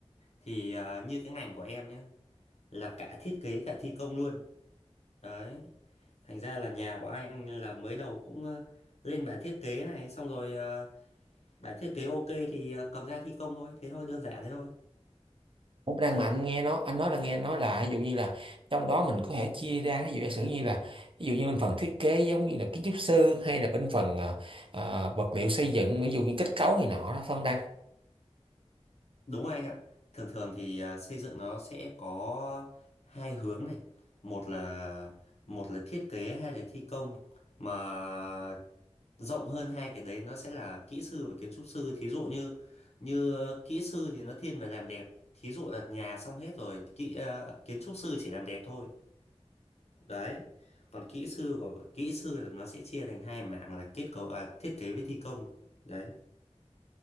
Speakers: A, on the left (about 70°); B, on the right (about 50°).
A: thì ờ, như cái ngành của em nhé là cả thiết kế cả thi công luôn Đấy, thành ra là nhà của anh là mới đầu cũng ờ, lên bản thiết kế này xong rồi ờ, bản thiết kế ok thì ờ, cầm ra thi công thôi, thế thôi đơn giản thế thôi.
B: Cũng đang
A: Đấy,
B: mà anh nghe nó anh nói là nghe nói là ví dụ như là trong đó mình có thể chia ra ví dụ giả sử như là ví dụ như bên phần thiết kế giống như là kiến trúc sư hay là bên phần ờ, ờ, vật liệu xây dựng ví dụ như kết cấu này nọ đó phân đăng
A: đúng rồi anh ạ. Thường thường thì ờ, xây dựng nó sẽ có hai hướng này, một là một là thiết kế hay là thi công mà rộng hơn hai cái đấy nó sẽ là kỹ sư và kiến trúc sư. Thí dụ như như ờ, kỹ sư thì nó thiên về làm đẹp, thí dụ là nhà xong hết rồi, kỹ ờ, kiến trúc sư chỉ làm đẹp thôi đấy còn kỹ sư của kỹ sư là nó sẽ chia thành hai mảng là kết cấu à, thiết kế với thi công đấy